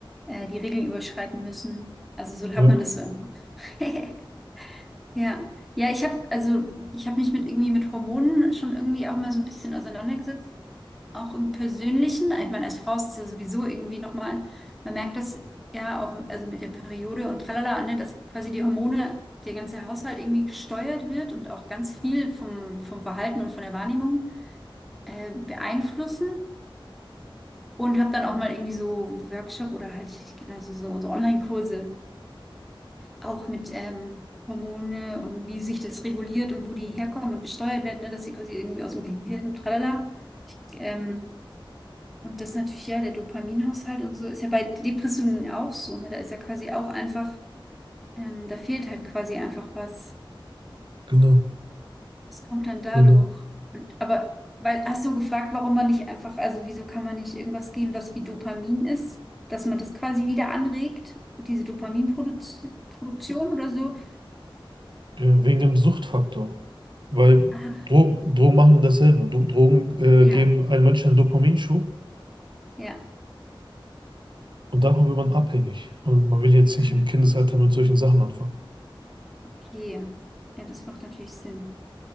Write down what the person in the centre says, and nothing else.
äh, die Regeln überschreiten müssen. Also so
hat man das so im Kopf. <laughs> Ja, ja, ich habe also ich habe mich mit irgendwie mit Hormonen schon irgendwie auch mal so ein bisschen auseinandergesetzt, auch im Persönlichen. Ich meine, als Frau ist es ja sowieso irgendwie nochmal, man merkt das ja auch also mit der Periode und tralala, ne, dass quasi die Hormone, der ganze Haushalt irgendwie gesteuert wird und auch ganz viel vom, vom Verhalten und von der Wahrnehmung äh, beeinflussen und habe dann auch mal irgendwie so Workshop oder halt genau so, so, so Online-Kurse auch mit ähm, Hormone und wie sich das reguliert und wo die herkommen und gesteuert werden, ne, dass sie quasi irgendwie aus dem Gehirn, tralala. Ähm, und das natürlich ja der Dopaminhaushalt und so ist ja bei Depressionen auch so, ne? Da ist ja quasi auch einfach, ähm, da fehlt halt quasi einfach was.
Das kommt dann dadurch.
Und, aber weil, hast du gefragt, warum man nicht einfach, also wieso kann man nicht irgendwas geben, was wie Dopamin ist, dass man das quasi wieder anregt, diese Dopaminproduktion oder so?
Ah,
ja,
ja.
Hm.
Okay. Ja, das macht natürlich Sinn.